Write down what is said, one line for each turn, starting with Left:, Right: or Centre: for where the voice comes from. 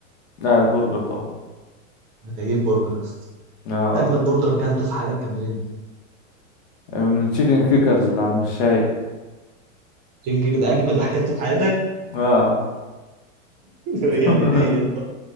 Left: لا البرجر طبعا
Right: انا كيف برجر يا اسطى
Left: اه
Right: اجمد برجر كلته في حياتك كان منين يا اسطى؟
Left: من التشيكن كيكرز اللي على المشاي
Right: تيجي كده ده اجمد واحد كلته في حياتك
Left: اه
Right: <laughs>
Left: <laughs>
Right: يعني ليه يا اسطى